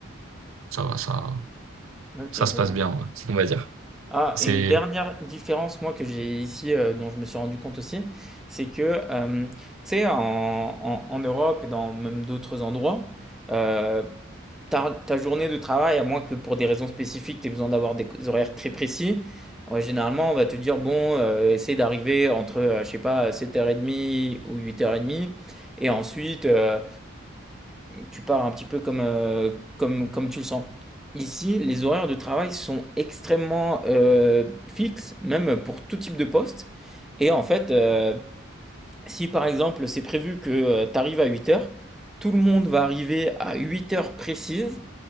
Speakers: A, on the right (about 85°); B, in the centre.
A: Ça va, ça,
B: Ok,
A: ça se
B: je
A: passe
B: vois.
A: bien, ouais, on va dire.
B: Ah,
A: C'est.
B: et une dernière différence, moi, que j'ai ici, euh, dont je me suis rendu compte aussi, c'est que, euh, tu sais, en, en- en Europe et dans même d'autres endroits, euh, ta, ta journée de travail, à moins que pour des raisons spécifiques, tu aies besoin d'avoir des horaires très précis, ouais, généralement, on va te dire, bon, euh, essaie d'arriver entre, euh, je sais pas, 7h30 ou 8h30, et ensuite, euh, tu pars un petit peu comme, euh, comme, comme tu le sens. Ici, les horaires de travail sont extrêmement euh, fixes, même pour tout type de poste. Et en fait, euh, si par exemple c'est prévu que euh, tu arrives à 8 heures, tout le monde va arriver à 8 heures précises